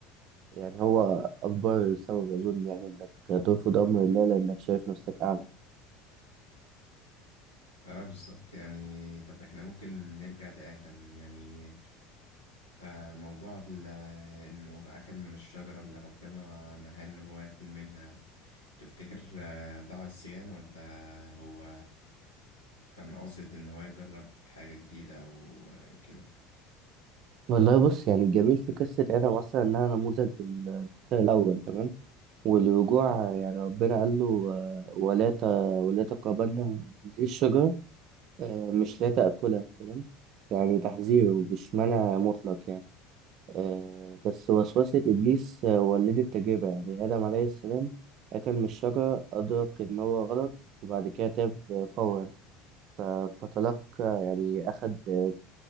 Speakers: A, on the right; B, on the left.
A: يعني هو أكبر سبب أظن يعني إنك ترفض أمر الله لأنك شايف نفسك أعلى
B: اه بالظبط يعني طب احنا ممكن نرجع لآدم يعني آه، موضوع ال- إنه أكل من الشجرة اللي ربنا نهاه إن هو ياكل منها تفتكر آه، ضاع الصيان ولا هو كان قاصد إن هو يجرب حاجة جديدة أو آه، كده
A: والله بص يعني الجميل في قصة آدم أصلا إنها نموذج ال- الخطأ الأول تمام والرجوع يعني ربنا قال له آه، ولا ت... ولا تقربن هذه الشجرة آه، مش لا تأكلها تمام يعني تحذيره مش منع مطلق يعني آه، بس وسوسة إبليس آه، ولدت تجربة يعني آدم عليه السلام أكل من الشجرة أدرك إن هو غلط وبعد كده تاب آه، فورا ف- فتلقى يعني أخد آه،